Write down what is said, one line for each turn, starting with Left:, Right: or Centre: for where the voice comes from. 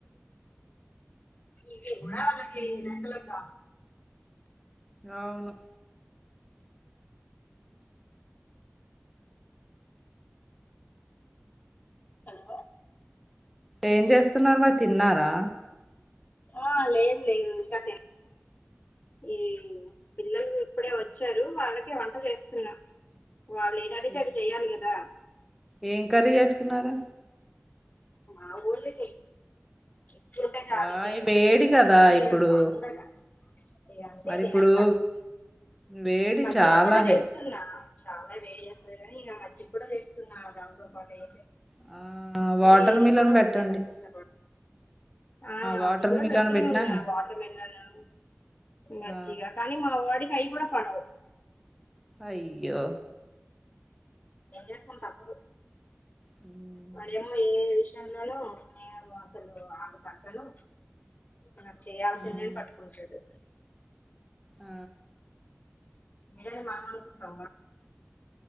Left: వుకు మన కా
Centre: అవును
Left: అను
Centre: ఏం చేస్తున్నారు మరి తిన్నారా
Left: ఆ లేదు లేదు ఇంకా తె ఈ పిల్లలు ఇప్పుడే వచ్చారు వాళ్ళకే వంట చేస్తున్నారు వాళ్ళు లేదనేసి
Centre: ఏ-
Left: అది చెయ్యాలి కదా
Centre: ఏం కర్రీ చేస్తున్నారు
Left: మా ఊళ్ళకకు ఎప్పుడుంటే కాదు
Centre: ఆ
Left: ఇంక
Centre: ఈ వేడి
Left: ఇంకా
Centre: కదా
Left: అవన్నీప్పు
Centre: ఇప్పుడు
Left: బగున్నా ఇ అంటే
Centre: మరి
Left: వినరు
Centre: ఇప్పుడు
Left: వాడి
Centre: వేడి
Left: మంచిగా
Centre: చాలా
Left: కూడా
Centre: హె
Left: చేస్తున్నా చాలా వేడి చేస్తుంది కాని ఇక మజికి కూడా వేస్తున్నా దాంతో పాటు ఏ
Centre: ఆ వాటర్
Left: ఏ
Centre: మిలన్
Left: పరా
Centre: పెట్టండి
Left: ఎంట ఇష్ట ఆ
Centre: వాటర్
Left: అది కూడా
Centre: మిలన్
Left: పెడుతూనే
Centre: పెట్టినా
Left: ఉన్నా వాటర్ మెలన్ మజ్జిగా
Centre: ఆ
Left: కానీ మా వాడి కై కూడా పడవు
Centre: అయ్యో
Left: ఎంసం తప్పుదు
Centre: హ్మ్.
Left: పడమో ఏ విష నేను అసలు ఆమె కట్టను అ చె చేయాసిందని
Centre: హ్మ్.
Left: పట్టు పడుించదు
Centre: ఆ
Left: ఎ మాకుంటా